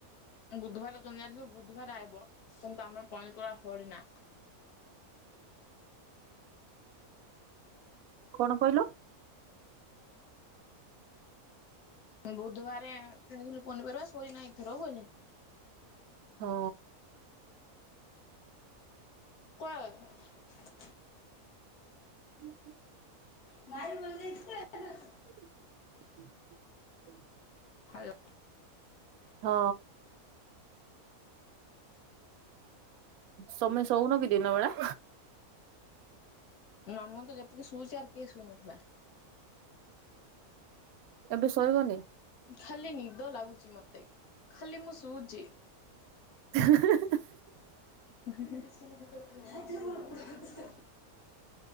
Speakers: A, on the left; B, on the right.
A: ବୁଧବାର କ ଆବୁ ବୁଧବାର ଆଇବ କିନ୍ତୁ ପନିପରିବା ସରିନା <inaudible>
B: କଣ କହିଲ?
A: ବୁଧବାର କିଣିଥିଲୁ ପନିପରିବା ହୋଇନାହିଁ ଏଥର ହୁଏନି
B: ହଁ।
A: କୁଆଲେ
B: ହୁଁ ହୁଁ।
A: ଲାଇନି ପଳେଇ ଯାଇଛି ଯେ
B: <inaudible>
A: ହାଲୋ
B: ହଁ ତମେ ଶୋଉନ କି ଦିନ ବେଳା?
A: ମାମୁନ ତ ଯେତିକି ଶୁଉଛି ଆର କିଏ ଶୁ ନଥିବେ।
B: ଏବେ ଶୋଇବନି?
A: ଖାଲି ନିଦ ଲାଗୁଛି ମୋତେ ଖାଲି ମୁଁ ଶୁଉଛି।
B: <inaudible>
A: <inaudible>